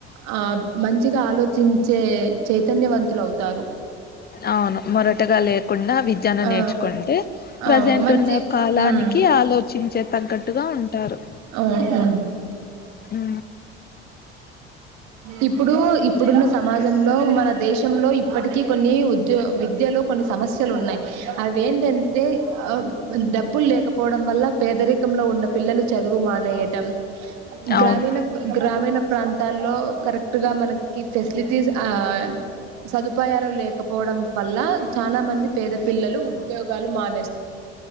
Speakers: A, on the right (about 60°); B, on the left (about 30°).
A: ఆ మంచిగా ఆలోచిం చే చైతన్యవంత్ తులవుతారు.
B: అవును మొరటగా లేకుండా విద్యను
A: ఆ
B: నేర్చుకుంటే ప్రజెంట్
A: ఆ మంచి
B: ఉన్న కాలానికీ
A: ఉమ్
B: ఆలోచించే తగ్గట్టుగా ఉంటారు.
A: అవును
B: ఊ
A: ఇప్పుడూ ఇప్పుడున్న సమాజ్ జంలో మన దేశంలో ఇప్పటికీ కొన్నీ ఉద్యో విద్యలో కొన్ని సమస్యలు ఉన్నాయి. అవేటంట్ తే ఆ డబ్బుల్ లేకపోవడం వల్ల పేదరికంలో ఉన్న పిల్లలు చదువు మానేయటం. గ్రామీణ
B: అవును
A: గ్రామీణ ప్రాంతాల్లో కరెక్ట్గా మనకి ఫెసిలిటీస్ ఆ సదుపాయాలు లేకపోవడం వల్లా, చాలా మంది పేద పిల్లలూ ఉ ద్యోగాలు మానే